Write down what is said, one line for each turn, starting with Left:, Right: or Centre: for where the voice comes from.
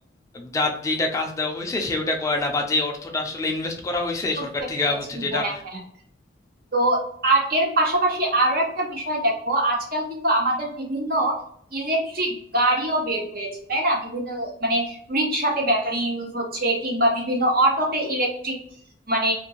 Left: যার যেটা কাজ দেওয়া হয়েছে সে ওটা করে না বা যে অর্থটা আসলে ইনভেস্ট করা হয়েছে
Right: বুঝতে
Left: সরকার থেকে
Right: পেরেছি
Left: আবার হচ্ছে যেটা
Right: হ্যাঁ হ্যাঁ তো আর এর পাশাপাশি আরো একটা বিষয় দেখো আজকাল কিন্তু আমাদের বিভিন্ন ইলেকট্রিক গাড়িও বের হয়েছে তাই না বিভিন্ন মানে রিক্সাতে ব্যাটারি ইউজ হচ্ছে কিংবা বিভিন্ন অটোতে ইলেকট্রিক মানে